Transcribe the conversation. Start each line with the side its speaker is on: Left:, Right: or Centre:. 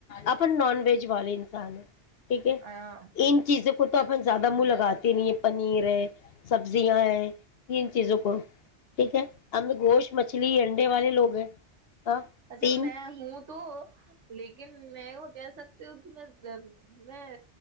Left: اپن نان ویج والے انسان ہیں ٹھیک ہے
Right: ہاں
Left: ان چیزوں کو خ تو اپن زیادہ منہ لگاتے نہیں ہے پنیر ہے سبزیاں ہے ان چیزوں کو ٹھیک ہے ہم گوشت مچھلی انڈے والے لوگ ہیں ہاں
Right: اچھا
Left: تین
Right: میں ہوں تو لیکن میں وہ کہہ سکتی ہوں کہ میں میں